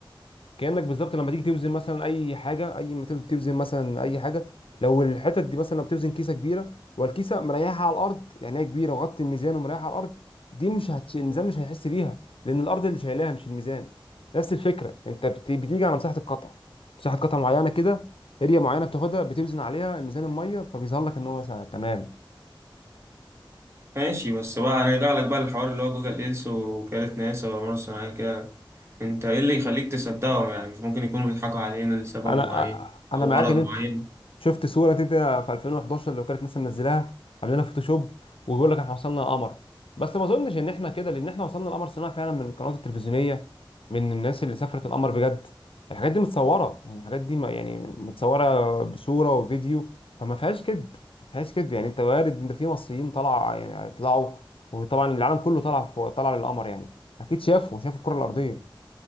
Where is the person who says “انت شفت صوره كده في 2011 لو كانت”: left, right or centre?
Left